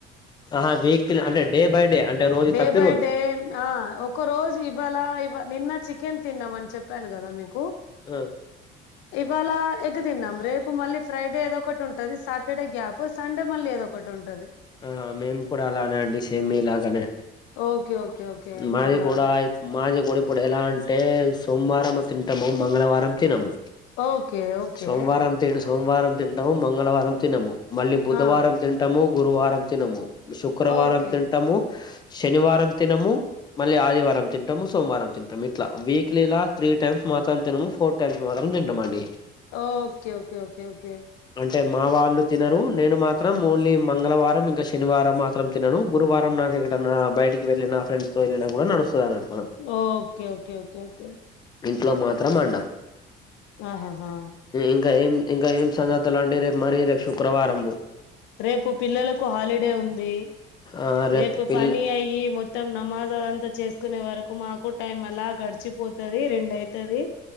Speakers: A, on the left (about 25°); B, on the left (about 80°).
A: ఆ వీక్లీ‌ అంటే డే బై డే అంటే రోజు
B: డే
A: తప్పి
B: బై
A: రోజు
B: డే ఆ ఒక రోజు ఇవాళ ఇవ నిన్న చికెన్ తిన్నామ అని చెప్పాను కదా మీకు
A: ఆ
B: ఇవాళ ఎగ్ తిన్నాం రేపు మళ్ళీ ఫ్రైడే ఏదో ఒకటి ఉంటది సాటర్డే గ్యాపు సండే మళ్ళీ ఏదో ఒకటి ఉంటది
A: ఆ మేము కూడా అలానే అండి సేమ్ మీ లాగానే
B: ఓకే ఓకే ఓకే
A: మాది
B: అవునా
A: కూడా యి మాది కుడ ఇప్పుడు ఎలా అంటే సోమవారం తింటాము మంగళవారం తినము
B: ఓకే ఓకే
A: సోమవారం తిన్ సోమవారం తింటాము మంగళవారం తినము మళ్ళీ బుధవారం
B: ఆ
A: తింటాము గురువారం తినము శుక్రవారం
B: ఓకే
A: తింటాము శనివారం తినము మళ్ళీ ఆదివారం తింటాము సోమవారం తింటాము ఇట్లా వీక్లీ ఇలా త్రీ టైమ్స్ మాత్రం తినము ఫోర్ టైమ్స్ మా మే దింటమండి
B: ఓకే ఓకే ఓకే ఓకే
A: అంటే మా వాళ్ళు తినరు నేను మాత్రం ఓన్లీ మంగళవారం ఇంకా శనివారం మా త్రం తినను గురువారం నాకు ఎక్కడన్నా నా బయటికి వెళ్ళిన ఫ్రెండ్స్ తో వెళ్ళిన కూడా నడుస్తుా అనం
B: ఓకే ఓకే ఓకే ఓకే
A: ఇంట్లో మాత్రం అండరు
B: ఆహాహా
A: ఇంకా ఏం ఇంకా ఏం సంగతులు అండి రేపు మరీ రేపు శుక్రవారము
B: రేపు పిల్లలకు హాలిడే ఉంది
A: ఆ
B: రేపు
A: పిల్
B: పని అయి మొం మొత్తం నమాజు అదంతా చేసుకునే వరకు మాకు టైం అలా గడిచిపోతది రెండు అయితది